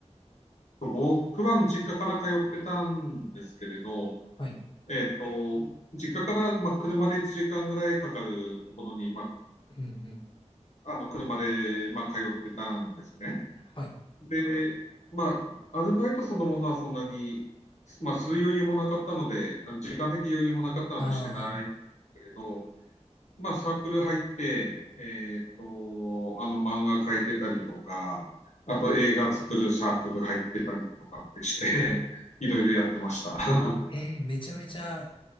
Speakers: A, on the left; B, on the left.
A: 僕はあの実家から通ってたんですけれど、
B: はい。
A: えっと、実家から、まあ、車で1時間ぐらいかかるところに、まあ、
B: うんうん。
A: あの車で、まあ、通ってたんですね。
B: はい。
A: で、まあ、アルバイトそのものはそんなに、まあ、する余裕もなかったので、あの時間的余裕もなかったのでしてないけれど、
B: ああ、はい。
A: まあ、サークル入って、えっと、あの漫画描いてたりとか、あと映画作るサークル入ってたりとかってして、<laughs> いろいろやってました。<laughs>
B: えー、めちゃめちゃ